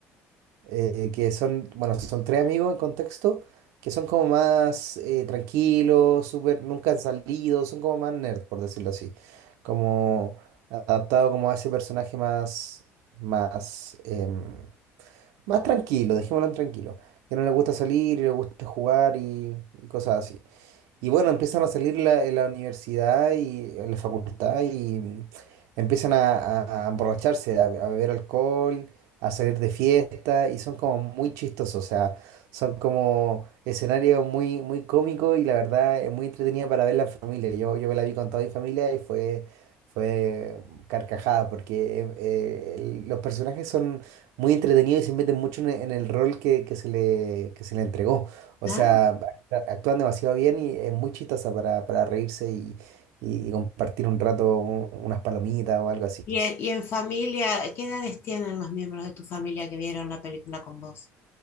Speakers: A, on the right (about 85°); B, on the left (about 50°).
A: eh, que son, bueno, son tres amigos en contexto, que son como más eh, tranquilos, súper, nunca han salido, son como más nerd, por decirlo así, como adaptado como a ese personaje más, más, em, más tranquilo, dejémoslo en tranquilo, que no le gusta salir y le gusta jugar y, y cosas así. Y bueno, empiezan a salir la- en la universidad y en la facultad y mm, empiezan a, a- a emborracharse, a, a beber alcohol, a salir de fiesta y son como muy chistosos, o sea, son como escenarios muy, muy cómicos y la verdad es muy entretenida para verla en familia. Yo, yo me la vi con toda mi familia y fue, fue carcajada porque eh, eh, el- los personajes son muy entretenidos y se meten mucho en, en el rol que, que se le, que se le entregó. O
B: Ah,
A: sea, Claro, Actúan demasiado bien y es muy chistosa para, para reírse y, y compartir un rato un- unas palomitas o algo así.
B: y, en- y en familia, ¿qué edades tienen los miembros de tu familia que vieron la película con vos?